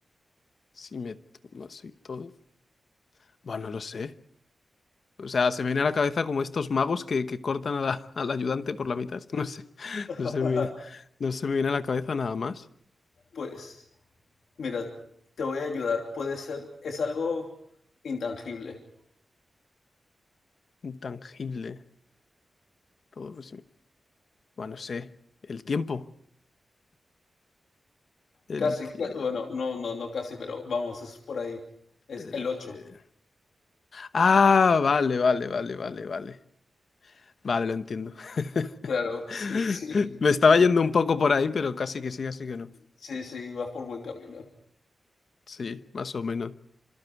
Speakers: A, on the left (about 50°); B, on the left (about 80°).
A: Si me tomas y todo. Bueno, no lo sé. O sea, se me viene a la cabeza como estos magos que, que cortan a la- <laughs> al ayudante por la mitad. Es que no sé. <laughs> No se
B: Ajá,
A: me viene, no se me viene a la cabeza nada más.
B: Pues, mira, te voy a ayudar. Puede ser, es algo intangible.
A: Intangible. Todo, pues, bueno, no sé. El tiempo. El,
B: Casi,
A: tie-
B: bueno, no, no, no casi, pero vamos, es por ahí. Es
A: el
B: el ocho
A: tie- Ah, vale, vale, vale, vale, vale. Vale, lo entiendo. <laughs>
B: Claro, <laughs> sí, sí.
A: Me estaba yendo un poco por ahí, pero casi que sí, así que no.
B: Sí, sí, vas por buen camino.
A: Sí, más o menos.